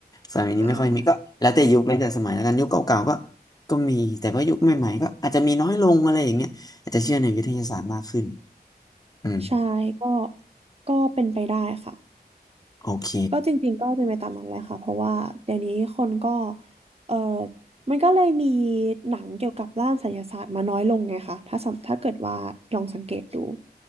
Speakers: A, on the left; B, on the right.
A: สมัยนี้ไม่ค่อยมีก็แล้วแต่ยุคแล้วแต่สมัยแล้วกันยุคเก่าๆก็
B: อ่า
A: ก็มีแต่ว่ายุคใหม่ๆก็อาจจะมีน้อยลงอะไรอย่างเงี้ยอาจจะเชื่อในวิทยาศาสตร์มากขึ้นอืม
B: ใช่ก็ก็เป็นไปได้ค่ะ
A: โอเค
B: ก็จริงๆก็เป็นไปตามนั้นแหละค่ะเพราะว่าเดี๋ยวนี้คนก็เออมันก็เลยมีหนังเกี่ยวกับด้านไสยศาสตร์มาน้อยลงไงคะถ้าสำถ้าเกิดว่าลองสังเกตดู